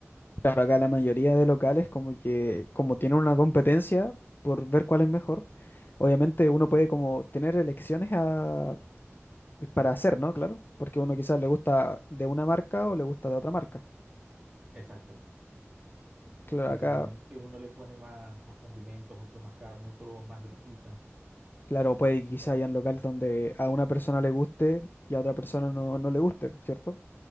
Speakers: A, on the left (about 45°); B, on the right (about 35°).
A: Claro, acá la mayoría de locales como que, como tienen una competencia por ver cuál es mejor, obviamente uno puede como tener elecciones a- para hacer, ¿no? Claro, porque uno quizás le gusta de una marca o le gusta de otra marca.
B: Exacto.
A: Claro,
B: Y
A: acá
B: seguramente uno le pone más, más condimentos, otro más carne, otro más grasita.
A: Claro, puede que quizá hayan local donde a una persona le guste y a otra persona no, no le guste, ¿cierto?